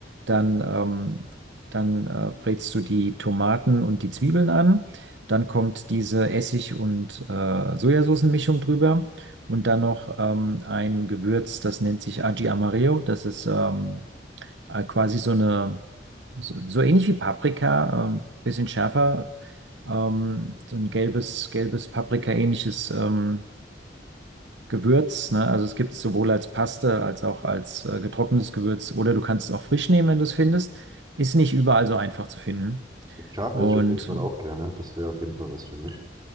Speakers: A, on the right; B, on the right.
A: dann, ähm, dann äh, brätst du die Tomaten und die Zwiebeln an, dann kommt diese Essig- und äh, Sojasoßenmischung drüber und dann noch ähm, ein Gewürz, das nennt sich Aji Amarillo. Das ist ähm, äh, quasi so eine so, so ähnlich wie Paprika, ähm, bisschen schärfer, ähm, so ein gelbes, gelbes Paprika-ähnliches ähm, Gewürz, ne? Also es gibt es sowohl als Paste als auch als äh, getrocknetes Gewürz oder du kannst es auch frisch nehmen, wenn du es findest. Ist nicht überall so einfach zu finden.
B: Schaf
A: Und
B: esse ich auf jeden Fall
A: ähm,
B: auch gerne. Das wäre auf jeden Fall was für mich.